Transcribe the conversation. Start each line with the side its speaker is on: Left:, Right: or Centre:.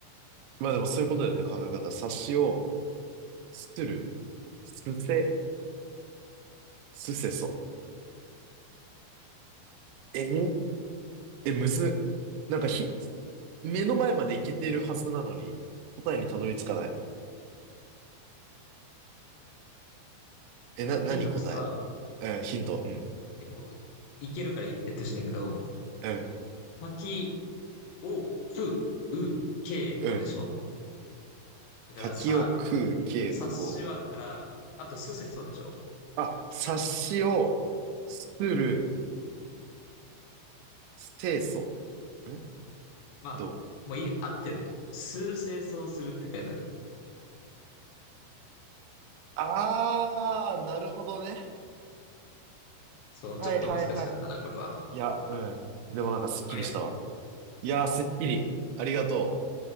Right: まあでもそういうことだよね、考え方。察しをする。すせ、すせそ。ええ、むずっ。なんかひ、目の前までいけてるはずなのに、答えにたどり着かない。え、な、何答え
Left: ヒントとしては、
Right: うん、ヒント。うん。
Left: でも、いけるから言ってほしいんだけど、
Right: うん、
Left: 牡蠣を食う稽古でしょ
Right: うん。
Left: だから、
Right: 柿を食う傾向。
Left: さ、察しは、だから、あと、すせそうでしょ
Right: あ、察しをする、清楚。ん
Left: まあ、
Right: どう
Left: もういい、合ってる。数清掃するって書いてある。
Right: あー、なるほどね。
Left: そう、
Right: はいはいはい
Left: ちょっと難しかったな、これは。
Right: いや、うん。でもなんかすっきりしたわ。
Left: ありがとう。
Right: いやー、すっきり。ありがとう。